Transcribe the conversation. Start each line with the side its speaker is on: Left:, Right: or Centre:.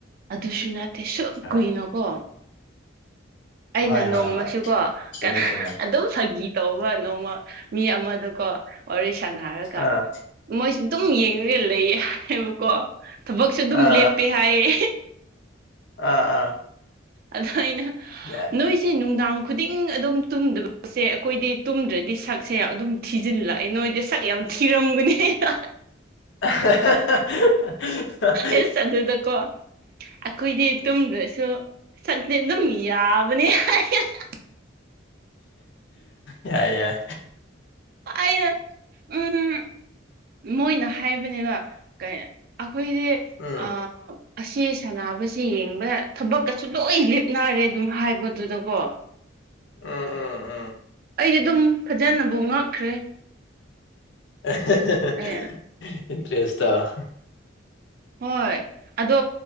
Right: ꯑꯗꯨꯁꯨ ꯅꯠꯇ ꯇ‌ꯦ ꯁꯨꯛ
Left: ꯍꯣꯏ
Right: ꯀꯨꯏꯅꯀꯣ ꯑꯩꯅ
Left: ꯍꯣꯏ ꯍꯣꯏ
Right: ꯅꯣꯡꯃꯁꯨꯀꯣ
Left: ꯍꯣꯏ ꯆꯨꯝꯃꯦ
Right: ꯀꯩꯅꯣ
Left: ꯆꯨꯝꯃꯦ
Right: ꯑꯗꯨꯝ ꯐꯒꯤ ꯇꯧꯕ ꯅꯣꯡꯃ ꯃꯤ ꯑꯃꯗꯀꯣ ꯋꯥꯔꯤ ꯁꯥꯟꯅꯔꯒ
Left: ꯑꯥ
Right: ꯃꯣꯏꯁꯦ ꯑꯗꯨꯝ ꯌꯦꯡꯉꯒ ꯂꯩꯌꯦ ꯍꯥꯏꯕꯀꯣ꯫ ꯊꯕꯛꯁꯨ ꯑꯗꯨꯝ
Left: ꯑꯥ
Right: ꯂꯦꯞꯄꯤ ꯍꯥꯏꯌꯦ꯫
Left: ꯑ ꯑꯥ꯫
Right: ꯑꯗꯨ ꯑꯩꯅ꯫
Left: ꯌꯥ
Right: ꯅꯣꯏꯁꯦ ꯅꯨꯡꯗꯥꯡ ꯈꯨꯗꯤꯡ ꯑꯗꯨꯝ ꯇꯨꯝꯗꯕ ꯄꯣꯠꯁꯦ <unintelligible> ꯑꯩꯈꯣꯏꯗꯤ ꯇꯨꯝꯗ꯭ꯔꯗꯤ ꯁꯛꯁꯦ ꯑꯗꯨꯝ ꯊꯤꯖꯤꯜꯂꯛꯑꯦ ꯅꯣꯏꯗꯤ ꯁꯛ ꯌꯥꯝ ꯊꯤꯔꯝꯒꯅ
Left: <unintelligible>
Right: ꯑꯦꯁ ꯑꯗꯨꯗꯀꯣ ꯑꯩꯈꯣꯏꯗꯤ ꯇꯨꯝꯗ꯭ꯔꯁꯨ ꯁꯛꯇꯤ ꯑꯗꯨꯝ ꯌꯥꯕꯅꯦ <unintelligible>
Left: ꯌꯥꯏ ꯌꯥꯏ
Right: ꯑꯩꯅ ꯎꯝ ꯃꯣꯏꯅ ꯍꯥꯏꯕꯅꯦꯕ ꯀꯩ ꯑꯩꯈꯣꯏꯗꯤ
Left: ꯎꯝ
Right: ꯑꯥ ꯑꯁꯤ ꯁꯥꯟꯅꯕꯁꯤ ꯌꯦꯡꯕꯗ ꯊꯕꯛꯀꯁꯨ ꯂꯣꯏ ꯂꯤꯞꯅꯔꯦ ꯑꯗꯨꯝ ꯍꯥꯏꯕꯗꯨꯗꯀꯣ
Left: ꯎꯝ ꯎꯝ ꯎꯝ
Right: ꯑꯩꯗꯤ ꯑꯗꯨꯝ ꯐꯖꯅꯕꯨ ꯉꯛꯈ꯭ꯔꯦ
Left: <unintelligible>
Right: ꯑꯦ
Left: ꯏꯟꯇꯔꯦꯁꯥ
Right: ꯍꯣꯏ ꯑꯗꯣ